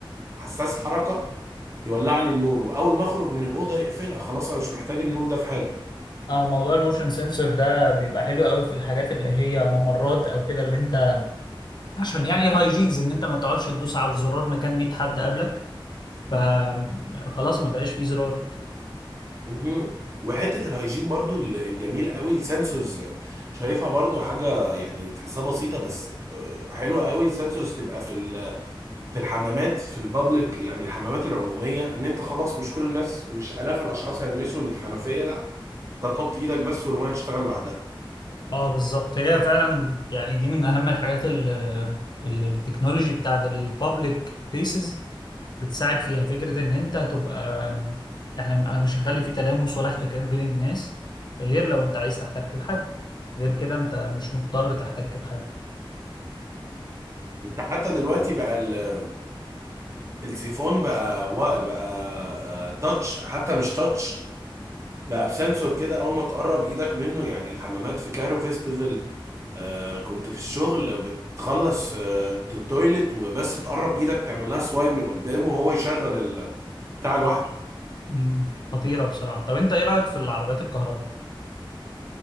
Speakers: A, on the right; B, on the left.
A: حساس حركه يولع لي النور واول ما اخرج من الاوضه يقفلها خلاص انا مش محتاج النور ده في حاجه
B: اه موضوع الموشن سensor ده بيبقى حلو قوي في الحاجات اللي هي ممرات او كده اللي انت عشان يعني هايجينز ان انت ما تقعدش تدوس على الزرار مكان 100 حد قبلك فخلاص ما بقاش فيه زرار
A: مهم. وحته الهيجين برضو ال- الجميل قوي السنسورز شايفها برضو حاجه يعني تحسها بسيطه بس آه، حلوه قوي السنسورز تبقى في ال- في الحمامات في البابليك يعني الحمامات العموميه ان انت خلاص مش كل الناس مش الاف الاشخاص هيلمسوا الحنفيه لا انت تحط ايدك بس والميه تشتغل لوحدها
B: اه بالظبط هي فعلا يعني دي من اهم الحاجات ال- ال- التكنولوجي بتاعت البابليك بليسز بتساعد فيها فكرة ان انت هتبقى احنا انا مش هخلي في تلامس ولا احتكاك بين الناس غير لو انت عايز تحتك بحد غير كده انت مش مضطر تحتك بحد
A: انت حتى دلوقتي بقى ال- السيفون بقى وا- بقى تاتش حتى مش تاتش بقى بسنسور كده اول ما تقرب ايدك منه يعني الحمامات في كايرو فيستيفال آه كنت في الشغل بتخلص آه التويلت وبس تقرب ايدك تعمل لها سوايب من قدامه وهو يشغل ال- بتاع لوحده
B: مم. خطيرة بصراحة طب انت ايه رأيك في العربيات الكهرباء